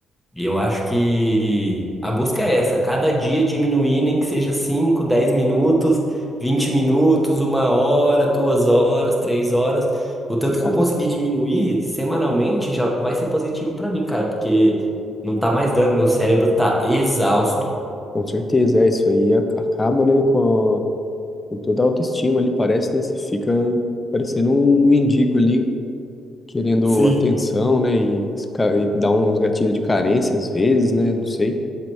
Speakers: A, in the centre; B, on the left (about 20°).
A: E eu acho que a busca é essa, cada dia diminuir, nem que seja cinco 10 minutos, 20 minutos, uma hora, duas horas, três horas. O tanto que
B: Ah,
A: eu conseguir diminuir semanalmente já vai ser positivo pra mim, cara, porque não tá mais dando, meu cérebro tá exausto.
B: com certeza, é isso aí a- acaba, né, com, a- com toda a autoestima ali, parece, né? Você fica parecendo um mendigo ali querendo
A: Sim.
B: atenção, né? E, esca- e dá uns gatilhos de carência às vezes, né? Não sei.